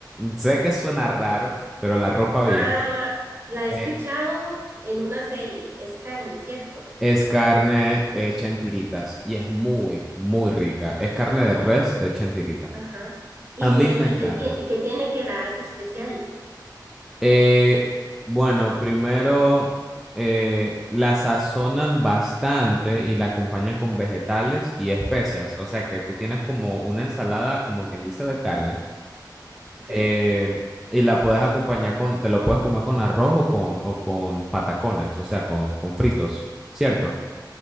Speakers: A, in the centre; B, on the right.
A: Sé que suena raro, pero la ropa
B: Ah,
A: vieja.
B: la he escuchado
A: Eh,
B: en una serie, es carne, ¿cierto?
A: Es carne hecha en tiritas y es muy, muy rica. Es carne de res hecha en tirita.
B: Ajá. ¿Y
A: A
B: qué,
A: mí me
B: y
A: encanta.
B: qué, tie- y qué tiene que la hace especial?
A: Eh, bueno, primero eh, la sazonan bastante y la acompañan con vegetales y especias. O sea que tú tienes como una ensalada, como quien dice, de carne.
B: Ok.
A: eh, y la puedes acompañar con, te lo puedes comer con arroz o con, o con patacones, o sea, con, con fritos, ¿cierto?